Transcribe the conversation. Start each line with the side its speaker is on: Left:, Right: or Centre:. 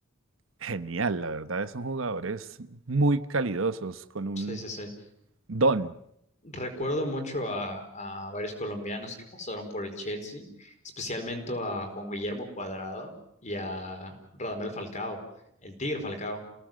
Right: genial. La verdad, son jugadores muy calidosos, con un
Left: Sí, sí, sí.
Right: don.
Left: Recuerdo mucho a, a varios colombianos que pasaron por el Chelsea, especialmente a Juan Guillermo Cuadrado y a Radamel Falcao, el Tigre Falcao,